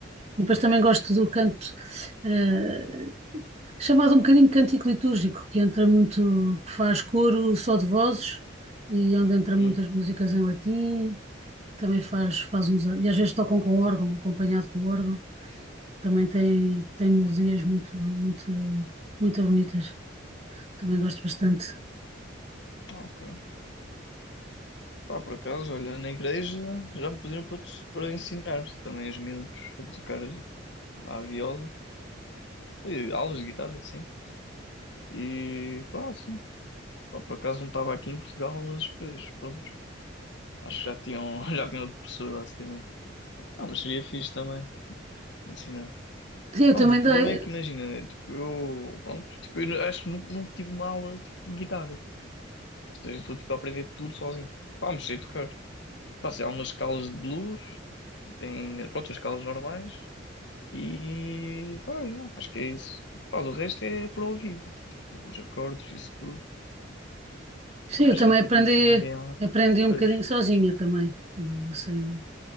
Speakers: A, on the right; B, on the left.
A: Depois também gosto do canto, eh, chamado um bocadinho cântico litúrgico, que entra muito, que faz coro só de vozes e onde entra
B: Hum,
A: muitas músicas em latim, também faz, faz uns, e às vezes tocam com órgão, acompanhado com órgão, também tem, tem melodias muito, muito, muito bonitas, também gosto bastante.
B: ok. Pá, por acaso, olha, na igreja já me pediram para, te- para ensinar também os miúdos a tocar a viola, e aulas de guitarra, assim. E pá, sim. Pá, por acaso não estava aqui em Portugal, mas pois, pronto. Acho que já tinham, <laughs> já tinham outro professor, basicamente. Não, mas seria fixe também ensinar.
A: Sim, eu
B: Vamos,
A: também
B: o
A: dei.
B: problema é que imagina, tipo, eu, pronto, tipo, eu nu- acho que nu- nunca tive uma aula tipo, de guitarra. Ou seja, eu estou tipo, a aprender tudo sozinho. Vamos, sei tocar. Passei algumas escalas de blues, tem, pronto, as escalas normais e, pá, yeah, acho que é isso. Pá, o resto é por ouvido, tipo, os acordes, isso tudo.
A: Sim,
B: Pá,
A: eu
B: acho
A: também
B: que nunca
A: aprendi,
B: tive ninguém lá.
A: aprendi um
B: Pois,
A: bocadinho sozinha também, não- sem,